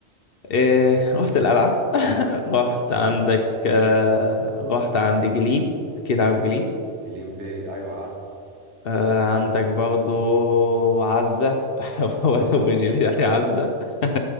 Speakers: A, on the left (about 60°); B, on the right (about 75°).
A: إيه رحت القلعة <laughs> رحت عندك آه رحت عند جليم اكيد عارف جليم
B: جليم باي ايوه عارفه
A: آه عندك برضو عزة <laughs> وجليم يعني عزة <laughs>